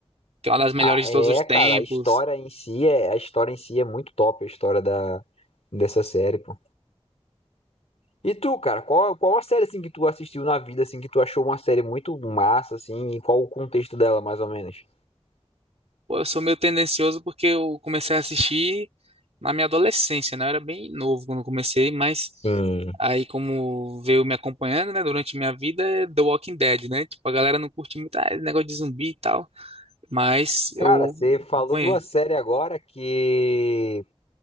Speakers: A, on the right; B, on the left.
A: que é uma das melhores
B: Ah,
A: de
B: é,
A: todos os tempos.
B: cara, a história em si é. A história em si é muito top, a história da... dessa série, pô. E tu, cara, qual, qual a série assim que tu assistiu na vida, assim, que tu achou uma série muito massa, assim, e qual o contexto dela, mais ou menos?
A: Pô, eu sou meio tendencioso porque eu comecei a assistir na minha adolescência, né? Eu era bem novo quando comecei, mas.
B: Sim.
A: Aí, como veio me acompanhando, né, durante minha vida, é The Walking Dead, né? Tipo, a galera não curte muito, ah, esse negócio de zumbi e tal. mas eu
B: Cara, você falou
A: acompanhei.
B: de uma série agora que